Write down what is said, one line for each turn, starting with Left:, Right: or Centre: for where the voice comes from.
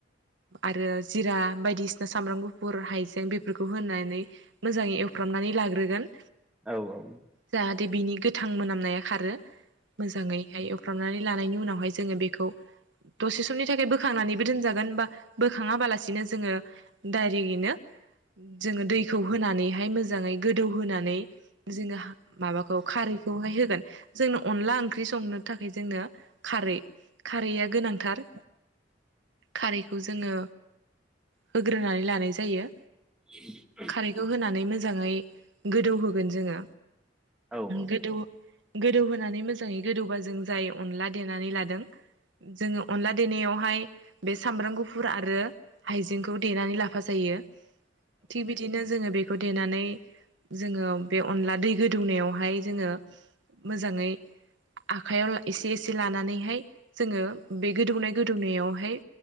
Right: आरो जिरा बायदिसिना सामब्राम गुफुर हाइजें बे बेफोरखौ होनानै मोजाङै एवफ्रामनानै लाग्रोगोन
Centre: औ औ
Right: जाहाथे बिनि गोथां मोनामनाया खारो मोजाङैहाय फ्रामनानै लानायनि उनावहाय जोङो बेखौ दसे समनि थाखाय बोखांनानैबो दोनजागोन बा बोखाङाबालासिनो जोङो डायरेक्टैनो जोङो दैखौ होनानैहाय मोजाङै गोदौ होनानै जोङो माबाखौ खारैखौ होगोन जोंनो अनला ओं ख्रि संनो थाखाय जोंनो खारै खारैया गोनांथार खारैखौ जोङो होग्रोनानै लानाय जायो
Centre: <inaudible>
Right: खारैखौ होनानै मोजाङै गोदौहोगोन जोङो
Centre: गथा
Right: गोदौ गोदौहोनानै मोजाङै गोदौबा जों जाय अनला देनानै लादों जोङो अनला देनायावहाय बे सामब्राम गुफुर आरो हाइजेंखौ देनानै लाफा जायो थि बिदिनो जोङो बे बेखौ देनानै जोङो बे अनला दै गोदौनायावहाय जोङो मोजाङै आखायाव एसे एसे लानानैहाय जोङो बे गोदौनाय गोदौनायावहाय